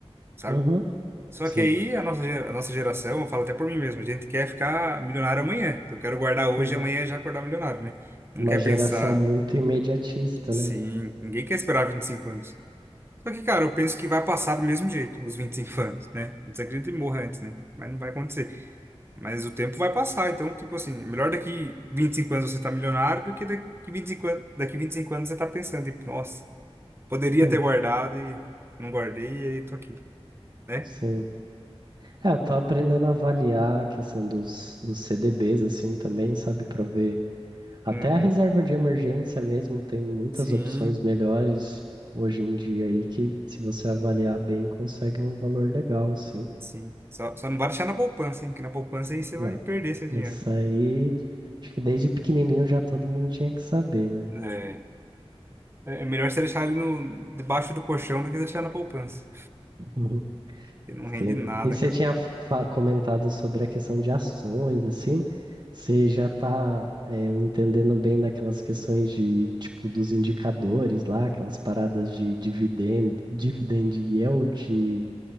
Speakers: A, on the right (about 25°); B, on the right (about 45°).
A: sabe?
B: Uhum.
A: Só
B: Sim.
A: que aí a nossa, gera- a nossa geração, eu falo até por mim mesmo, a gente quer ficar milionário amanhã. Então, eu quero guardar hoje,
B: Uhum.
A: e amanhã já acordar milionário, né? Não
B: Uma
A: quer
B: geração
A: pensar,
B: muito imediatista,
A: sim,
B: né?
A: ninguém quer esperar 25 anos. Só que, cara, eu penso que vai passar do mesmo jeito, nos 25 anos, né? Não sei que a gente morra antes, né? Mas não vai acontecer. Mas o tempo vai passar, então, tipo assim, é melhor daqui 25 anos você tá milionário do que daqui 25 anos, daqui 25 anos você tá pensando, tipo, nossa, poderia
B: Hum,
A: ter guardado e não guardei e aí tô aqui, né?
B: Sim. É, eu tô aprendendo a avaliar a questão dos, dos CDBs, assim, também, sabe? Pra ver. Até
A: Uhum.
B: a reserva de emergência mesmo tem muitas
A: Sim,
B: opções melhores hoje em dia aí que, se você avaliar bem, consegue um valor legal, assim.
A: sim. Só, só não vai deixar na poupança, hein? Que na poupança aí você
B: Não.
A: vai perder seu dinheiro.
B: Isso aí, acho que desde pequenininho já todo mundo tinha que saber, né?
A: É. É melhor você deixar ali no, debaixo do colchão do que deixar na poupança.
B: <laughs>
A: Porque não
B: Sim.
A: rende nada,
B: E você
A: cara.
B: tinha fa- comentado sobre a questão de ações, assim. Você já está entendendo bem daquelas questões de, tipo, dos indicadores lá, aquelas paradas de dividendo, dividend yield,